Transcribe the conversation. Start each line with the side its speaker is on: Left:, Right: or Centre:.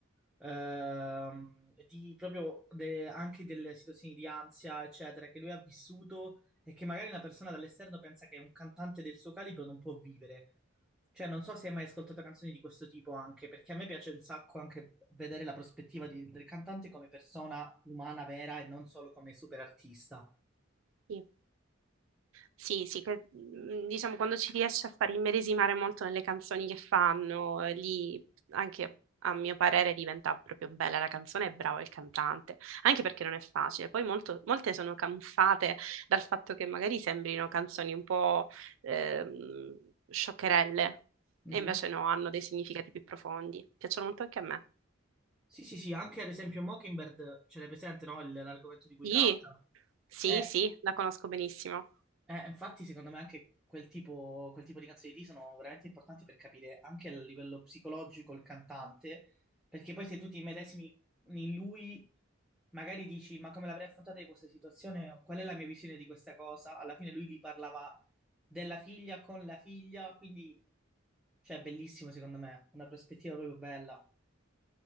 Centre: ehm, di proprio de- anche delle situazioni di ansia, eccetera, che lui ha vissuto e che magari una persona dall'esterno pensa che un cantante del suo calibro non può vivere. Cioè, non so se hai mai ascoltato canzoni di questo tipo anche, perché a me piace un sacco anche vedere la prospettiva di- del cantante come persona umana vera e non solo come super artista.
Right: Sì, sì, sì, que- mm, diciamo quando ci riesce a far immedesimare molto nelle canzoni che fanno, eh, lì anche a mio parere diventa proprio bella la canzone e bravo il cantante, anche perché non è facile. Poi molto- molte sono camuffate dal fatto che magari sembrino canzoni un po' ehm, scioccherelle
Centre: Mhm.
Right: e invece no, hanno dei significati più profondi. Piacciono molto anche a me.
Centre: Sì, sì, sì, anche ad esempio Mockingbird ce l'hai presente, no? Il- L'argomento di cui
Right: Sì,
Centre: tratta.
Right: sì,
Centre: Eh,
Right: sì, la conosco benissimo.
Centre: Eh, infatti, secondo me anche quel tipo, quel tipo di canzoni lì sono veramente importanti per capire anche a livello psicologico il cantante, perché poi se tu ti medesimi in lui, magari dici, ma come l'avrei affrontata io questa situazione? Qual è la mia visione di questa cosa? Alla fine lui gli parlava della figlia con la figlia, quindi, cioè, bellissimo secondo me, una prospettiva proprio bella.